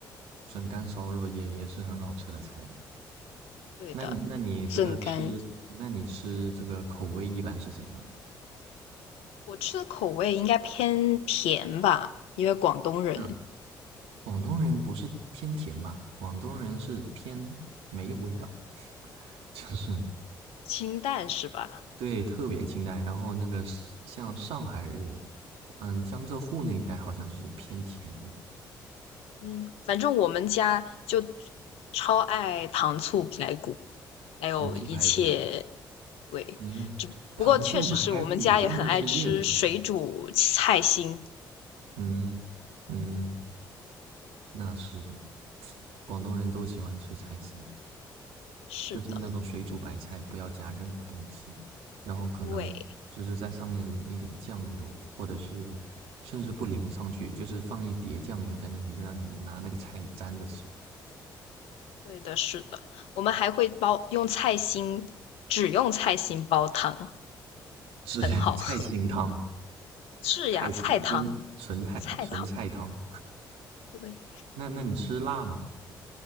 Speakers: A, on the right; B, on the left.
A: 笋干烧肉也也是很好吃的菜了。
B: 对的，
A: 那你那你这个吃，
B: 笋干，
A: 那你吃这个口味一般是怎样的？
B: 我吃的口味应该偏甜吧，因为广东人，
A: 那广东人不是偏甜吧？广东人是偏没有味道，<laughs> 就是
B: 清淡是吧？
A: 对特别清淡。然后那个是像上海人，嗯，江浙沪那一带好像是偏甜的，
B: 嗯，反正我们家就超爱糖醋排骨，还有一切
A: 糖醋排骨，
B: 对，
A: 嗯，
B: 只不过确实是我们家也很爱吃水煮菜心。
A: 糖醋排骨真的是粤菜，嗯嗯，那是的，广东人都喜欢吃菜心。
B: 是的，
A: 就是那种水煮白菜，不要加任何东西，然后可能就是在上面淋一点酱油，
B: 对，
A: 或者是甚至不淋上去，就是放一碟酱油在那里，让你拿那个菜沾着吃，
B: 对的，是的，我们还会煲用菜心，只用菜心煲汤，
A: 是
B: 很好喝。
A: <laughs> 菜心汤，
B: 是呀，
A: 菜纯纯菜纯菜汤。
B: 菜汤，菜汤，对。
A: 那那你吃辣吗？